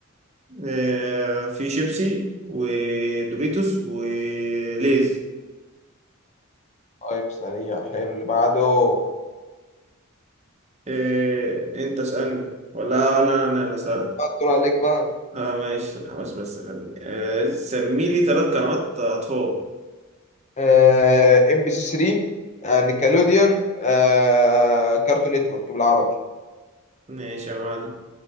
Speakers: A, on the right; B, on the left.
A: آه، في شيبسي ودوريتوس وليز
B: طيب سريع حلو اللي بعده آه،
A: آه، انت اسألني ولا لا انا اللي اسألك
B: دور عليك بقى
A: اه ماشي الحماس بس خدني آه، سمي لي ثلاث قنوات اطفال
B: آه ام بي سي 3 آه نيكلوديان آه كارتون نتورك بالعربي
A: ماشي يا معلم